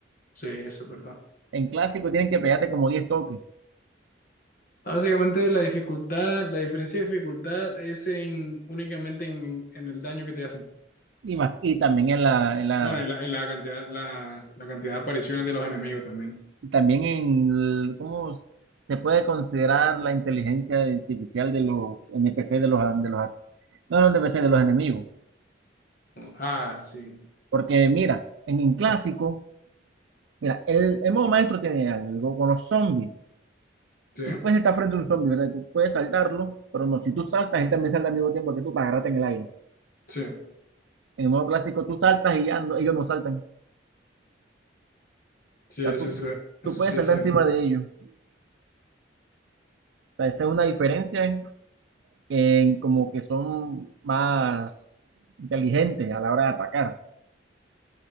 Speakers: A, on the left (about 45°); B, on the right (about 75°).
A: Sí, eso es verdad.
B: En clásico tienen que pegarte como 10 toques.
A: Básicamente la dificultad, la diferencia de dificultad es en, únicamente en, en el daño que te hacen.
B: Y, más- y también en la, en la,
A: Bueno, y la, y la cantidad, la, la cantidad de apariciones de los enemigos también.
B: y también en el- cómo se puede considerar la inteligencia artificial de los NPC de los, de los, no, no NPC de los enemigos.
A: Como, ah, sí,
B: Porque mira, en un clásico, mira, el, el modo maestro tiene algo con los zombies.
A: sí,
B: Tú puedes estar frente a un zombie, ¿verdad? Tú puedes saltarlo, pero no, si tú saltas, él también salta al mismo tiempo que tú para agarrarte en el aire.
A: sí,
B: En el modo clásico, tú saltas y ya no- ellos no saltan.
A: sí,
B: O sea,
A: eso,
B: tú,
A: eso,
B: tú
A: eso
B: puedes
A: sí
B: saltar
A: es cierto.
B: encima de ellos. O sea, esa es una diferencia eh, como que son más inteligentes a la hora de atacar.